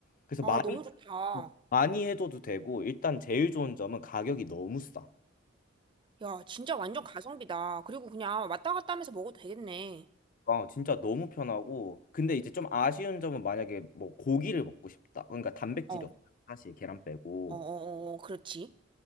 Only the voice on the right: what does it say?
아,
너무 좋다.
야, 진짜 완전 가성비다. 그리고 그냥 왔다 갔다 하면서 먹어도 되겠네.
어, 어,
어, 어, 어, 그렇지.